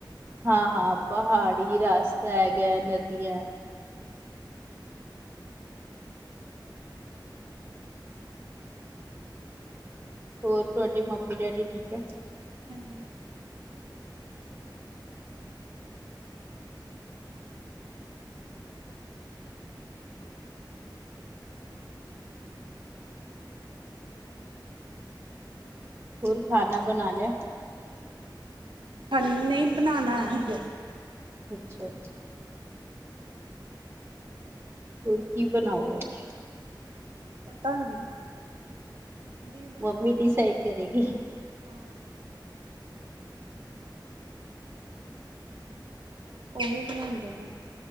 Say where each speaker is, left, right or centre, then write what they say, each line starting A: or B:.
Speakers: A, on the right; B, on the right.
A: ਹਾਂ
B: ਸੀ
A: ਹਾਂ!
B: ਉਹੀ
A: ਪਹਾੜੀ
B: ਹੁੰਦੀ ਵਿਊ
A: ਰਸਤਾ
B: ਹੀ ਵਿਊ
A: ਹੈਗਾ,
B: ਹੁੰਦਾ ਬਸ।
A: ਨਦੀਆਂ ਹੈ। ਹੋਰ, ਤੁਹਾਡੀ ਮੰਮੀ ਡੈਡੀ ਠੀਕ ਹੈ?
B: ਹਾਂਜੀ ਹਾਂਜੀ! ਹੂੰ
A: ਹੋਰ ਖਾਣਾ ਬਣਾ ਲਿਆ?
B: ਹਾਂ ਨਹੀਂ ਬਣਾਣਾ ਹੈ ਹਜੇ
A: ਅੱਛਾ- ਅੱਛਾ। ਹੋਰ ਕੀ ਬਣਾਓ ਗੇ ਅੱਜ?
B: ਪਤਾ ਨੀ ਬਣਾਣਗੇ
A: ਮੰਮੀ ਡਿਸਾਈਡ
B: ਕੁਛ
A: ਕਰੇਗੀ।
B: ਹੋਰ। ਉਹ ਹੀ ਬਣਾਂਦੇ ਨੇ